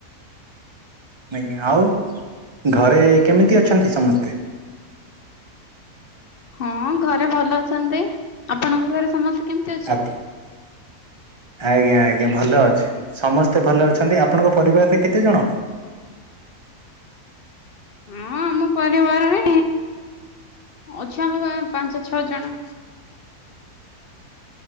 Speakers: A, on the right; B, on the left.
A: ଆଜ୍ଞା, ଆଉ ଘରେ କେମିତି ଅଛନ୍ତି ସମସ୍ତେ?
B: ହଁ ଘରେ ଭଲ ଅଛନ୍ତି, ଆପଣଙ୍କ ଘରେ ସମସ୍ତେ? କେମିତି ଅଛନ୍ତି?
A: ଆଜ୍ଞା ଆଜ୍ଞା ଭଲ ଅଛି, ସମସ୍ତେ ଭଲ ଅଛନ୍ତି, ଆ ଆପଣଙ୍କ ପରିବାରରେ କେତେ ଜଣ?
B: ହଁ ଆମ ପରିବାରରେ ଅଛ ଆମେ ପାଞ୍ଚ ଛଅ ଜଣ
A: <inaudible>